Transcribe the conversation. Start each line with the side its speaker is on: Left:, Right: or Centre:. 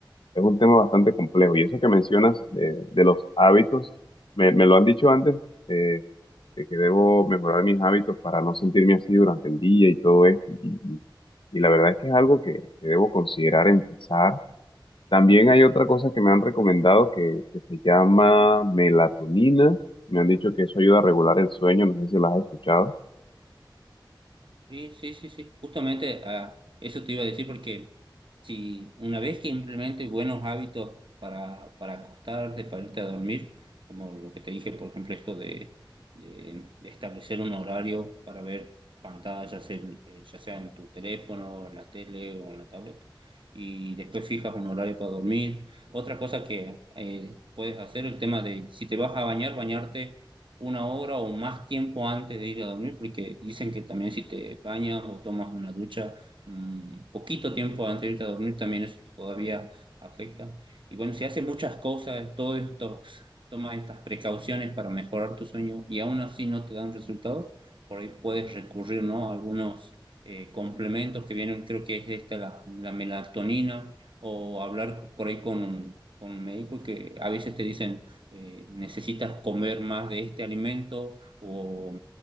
Left: es un tema bastante complejo y eso que mencionas de, de los hábitos, me, me lo han dicho antes, eh, de que debo mejorar mis hábitos para no sentirme así durante el día y todo esto. y, y- y la verdad es que es algo que, que debo considerar empezar también hay otra cosa que me han recomendado que, que se llama melatonina. Me han dicho que eso ayuda a regular el sueño. No sé si las has escuchado.
Right: Sí, sí, sí, sí. Justamente a eso te iba a decir porque Si una vez que implementes buenos hábitos para, para acostarte, para irte a dormir, como lo que te dije, por ejemplo, esto de, de- de establecer un horario para ver pantallas, el- eh, ya sea en tu teléfono, en la tele o en la tablet, y después fijas un horario para dormir. Otra cosa que eh, puedes hacer, el tema de si te vas a bañar, bañarte una hora o más tiempo antes de ir a dormir, porque dicen que también si te bañas o tomas una ducha, mm, poquito tiempo antes de irte a dormir también eso todavía afecta. Y bueno, si haces muchas cosas, todos estos, tomas estas precauciones para mejorar tu sueño y aún así no te dan resultado, por ahí puedes recurrir, ¿no? a algunos eh, complementos que vienen, creo que es esta la, la melatonina o hablar por ahí con un, con un médico que a veces te dicen eh, necesitas comer más de este alimento o